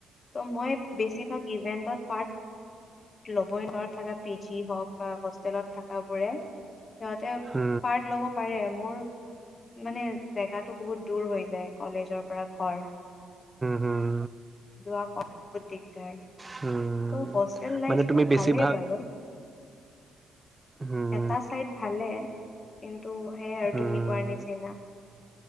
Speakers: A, on the left; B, on the right.
A: ত' মই বেছিভাগ ইভেন্টত পাৰ্ট লবই ঘৰত থকা পি জি হওক বা হোষ্টেলত থকাবোৰে সিহঁতে
B: হম হম হম
A: পাৰ্ট লব পাৰে মোৰ মানে জেগাটো বহুত দূৰ হৈ কলেজৰ পৰা ঘৰ
B: হম
A: যোৱা কত দিগদাৰ।
B: হম
A: ত' হোষ্টেল লাইফটো
B: মানে তুমি বেছিভাগ
A: ভালেই বাৰু।
B: হম
A: এটা চাইড ভালে কিন্তু ত' সেয়াই আৰু
B: হম
A: তুমি কোৱাৰ নিচিনা